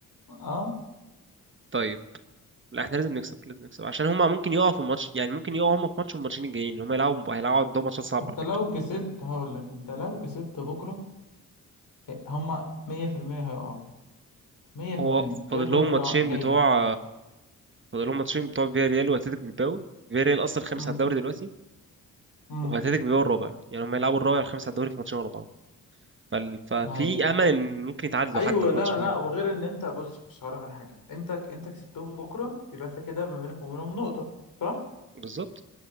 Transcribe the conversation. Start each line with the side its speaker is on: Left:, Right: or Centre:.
Left: اه
Right: طيب لا احنا لازم نكسب لازم نكسب عشان هما ممكن يقعوا في الماتش يعني ممكن يقعوا هما في ماتش والماتشين الجايين هما يلعبوا هيلعبوا عندهم ماتشات صعبة
Left: انت
Right: على فكرة
Left: لو كسبت هقول لك انت لو كسبت بكره هما 100% هيقعوا 100%
Right: هو
Left: كده
Right: فاضل
Left: الدوري
Right: لهم ماتشين
Left: راح- جاي
Right: بتوع
Left: لك
Right: فاضل لهم ماتشين بتوع فياريال واتلتيك بالباو فياريال اصلا خامس
Left: امم
Right: على الدوري دلوقتي
Left: امم
Right: واتلتيك بالباو الرابع يعني هم يلعبوا الرابع والخامس على الدوري في ماتشين ورا بعض فال... ففي
Left: ما هي
Right: امل ان ممكن يتعادلوا
Left: ايوه
Right: حتى في
Left: لا
Right: ماتش فيهم
Left: لا وغير ان انت بص بص هقول لك على حاجه انت انت كسبتهم بكره يبقى انت كده ما بينك وما بينهم نقطه صح
Right: بالظبط